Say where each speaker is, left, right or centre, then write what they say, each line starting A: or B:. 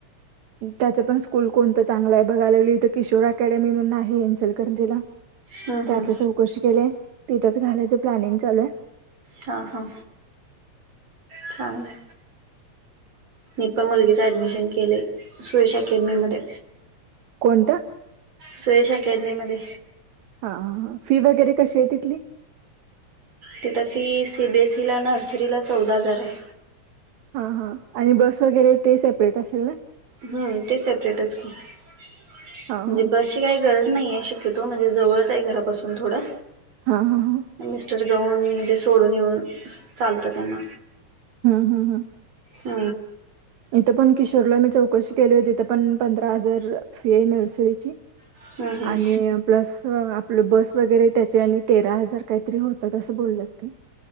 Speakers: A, on the right; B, on the right.
A: त्याच पण स्कूल कोणतं चांगलं आहे, बघाय लागली त किशोर अकॅडमी म्हणून आहें इचलकरंजीला
B: हम्म
A: त्याच
B: हम्म
A: चौकशी केली आहे. तिथंच घालायच प्लॅनिंग चालू आहे
B: हा, हा चांगलंय मी पण मुलगीच ऍडमिशन केलंय सुयश अकॅडमी मध्ये
A: कोणत्या?
B: सुयश अकॅडमी मध्ये
A: हा, फी वगैरे कशी आहे, तिथली?
B: तिथं फी सीबीएसईला, नर्सरीला चौदा हजार आहे
A: हा, हा आणि बस वगैरे ते सेपरेट असेल ना?
B: हम्म, ते सेपरेटच की म्हणजे
A: हां हां
B: बसची काही गरज नाही आहे. शक्यतो म्हणजे जवळच आहे, घरापासून थोडं
A: हा, हा, हा
B: मिस्टर जाऊन येऊन म्हणजे सोडून येऊन चालतं त्यांना
A: हम्म, हम्म, हम्
B: ह
A: इथं पण किशोरला मी चौकशी केली होती, तिथं पण पंधरा हजार फी आहे नर्सरीची
B: हम्म हम्म
A: आणि प्लस आपलं बस वगैरे त्याचे, आणि तेरा हजार काहीतरी होतात, असं बोलल्यात ते